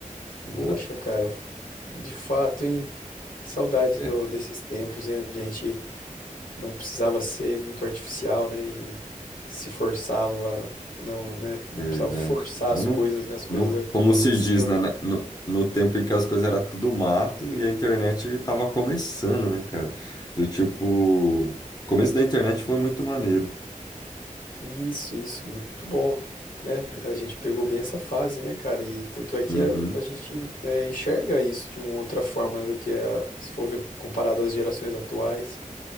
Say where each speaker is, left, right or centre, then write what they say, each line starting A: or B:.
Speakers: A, on the left; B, on the left.
A: Exato.
B: Poxa, cara, de fato, hein? Que saudade
A: É.
B: do- desses tempos, hein, onde a gente não precisava ser muito artificial, né? E se forçava, não, né? Não
A: Verdade.
B: precisava forçar
A: Lá
B: as
A: no,
B: coisas, né? As coisas
A: no,
B: ac-
A: como
B: aconteciam,
A: se diz, né,
B: né?
A: na- no, no tempo em que as coisas eram tudo mato e a internet estava começando, né, cara? Do tipo, o começo da internet foi muito maneiro.
B: Isso, isso, muito bom, né? A gente pegou bem essa fase, né, cara? E tanto é que
A: Uhum.
B: a, a gente é, enxerga isso de uma outra forma né, do que a, se for ver comparado às gerações atuais.